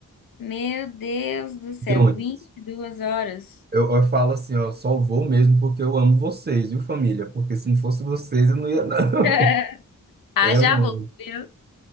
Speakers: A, on the left; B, on the right.
A: Meu Deus do céu,
B: De ônibus.
A: 22 horas.
B: Eu, eu falo assim, ó, só vou mesmo porque eu amo vocês, viu, família? Porque se não fosse vocês, eu não ia, não.
A: <laughs>
B: <laughs>
A: Ah,
B: É
A: já
B: longe.
A: vou, viu?